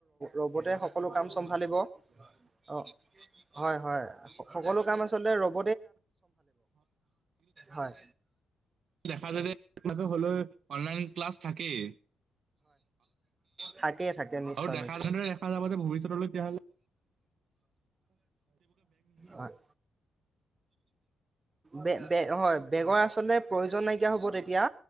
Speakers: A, on the right; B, on the right.
A: ৰবতে সকলো কাম চম্ভালিব অ হয় হয়। সকলো কাম আচলতে ৰব হয়
B: দেখা য আপ হলে অনলাইন ক্লাছ থাকেই
A: থাকে থাকে। নিশ্চয়
B: আৰু দেখা
A: নিশ্চয়
B: যেনেৰে দেখা যাব যে ভৱিষ্যতলৈ তেতিাহ'লে
A: হয়। বেগ হয় বেগৰ আচলতে প্ৰয়োজন নাই কেতিয়া হ'ব তেতিয়া